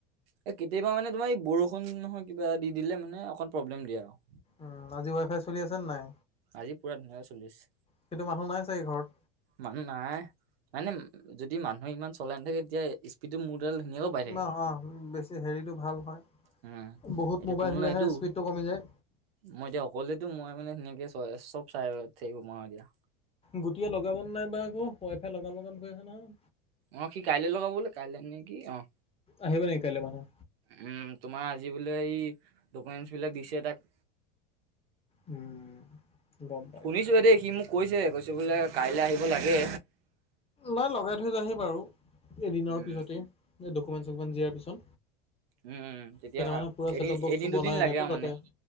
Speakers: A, on the right; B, on the left.
A: এই কেতিয়াবা মানে তোমাৰ এই বৰষুণ নহয় কিবা এ দি দিলে মানে অকণ প্ৰব্লেম দিয়ে আৰু।
B: উম আজি ৱাই ফাই চলি আছে নে নাই?
A: আজি পুৰা ধুনীয়াকে চলি আছে।
B: সেইটো মানুহ নাই চাগে ঘৰত?
A: মানুহ নাই, মানে যদি মানুহ ইমান চলাই নাথাকে তেতিয়া কিন্তু মোৰ তালে ধুনীয়াকেও পাই। থাকে
B: অঁ অঁ বেছি হেৰিটো ভাল হয়।
A: উম।
B: বহুত
A: এতিয়া
B: মোবাইল
A: কোনো
B: হ'লেহে
A: নাইতো
B: স্পীডটো কমি যায়।
A: মই এতিয়া অকলেতো মই মানে ধুনিয়াকে চব চাই থাকিব পাৰো এতিয়া।
B: গোটটয়ে লগাব নাই বা আক' ৱাই ফাই লগাম লগাম কৰি আছে নহয়।
A: অঁ সি কাইলে লগাব বোলে কাইলৈ নে কি অঁহ।
B: আহিব নেকি কাইলে মানুহ?
A: উম তোমাৰ আজি বোলে এই ডকুমেন্টচ বিলাক দিছে তাক
B: উম, গম পাইছো।
A: শুনিছোহে দেই সি মোক কৈছে কৈছে বোলে কাইলৈ আহিব লাগে।
B: নাই লগাই থৈ যাইহি বাৰু এদিনৰ
A: উম,
B: পিছতেই ডকুমেণ্ট চকুমেণ্ট দিয়াৰ পিছত।
A: উম, উম, তেতিয়া
B: কেইটামানে পুৰা
A: এদিন
B: চেটপ বক্সোটো
A: এদিন দুদিন
B: বনাই
A: লাগে
B: আনেতো
A: আৰু
B: তাতে।
A: মানে